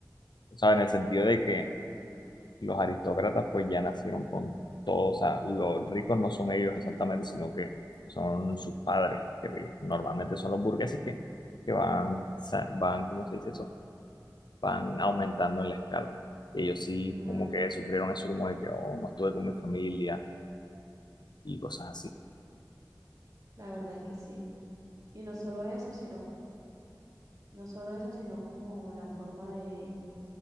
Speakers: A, on the left (about 80°); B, on the right (about 50°).
A: O sea, en el sentido de que los aristócratas pues ya nacieron con todo, o sea, los ricos no son ellos exactamente, sino que son sus padres, que normalmente son los burgueses que, que van, sa- van, ¿cómo se dice eso? van aumentando en la escala. Ellos sí
B: Claro,
A: como que sufrieron eso como de que oh, no estuve con mi familia y cosas así.
B: la verdad es que sí. Y no solo eso, sino, no solo eso, sino como la forma de,